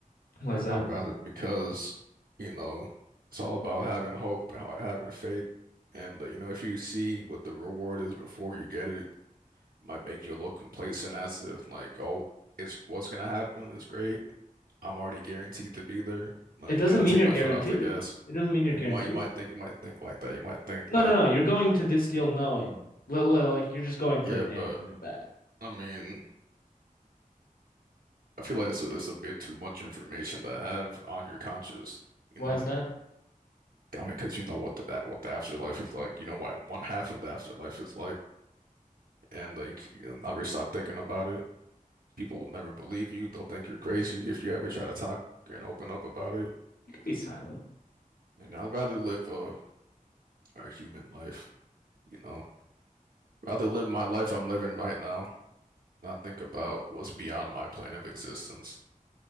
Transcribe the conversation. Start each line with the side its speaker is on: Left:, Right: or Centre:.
Left: Why is that?
Right: I would rather because, you know, it's all about having hope, ha- having faith, and uh, you know, if you see what the reward is before you get it, it might make you a little complacent as if like, oh, it's what's gonna happen is great. I'm already guaranteed to be there. Let
Left: It
Right: me
Left: doesn't
Right: uh,
Left: mean
Right: take
Left: you're
Right: my
Left: guaranteed.
Right: foot off the gas.
Left: It doesn't mean you're
Right: You,
Left: guaranteed.
Right: you might, you might think, you might think like that. You might think like,
Left: No, no, no. You're going to this deal knowing. li- li- Like you're just going for
Right: yeah,
Left: a day
Right: but
Left: and coming back.
Right: I mean. I feel like it's a, it's a bit too much information to have on your conscience,
Left: Why
Right: you know?
Left: is that?
Right: I mean, because you know what the that- what the afterlife is like. You know what one half of the afterlife is like, and like you'll never stop thinking about it. People will never believe you. They'll think you're crazy if you ever try to talk and open up about it.
Left: You could be silent.
Right: And I'd rather live a a human life, you know? Rather live my life I'm living right now, not think about what's beyond my plane of existence.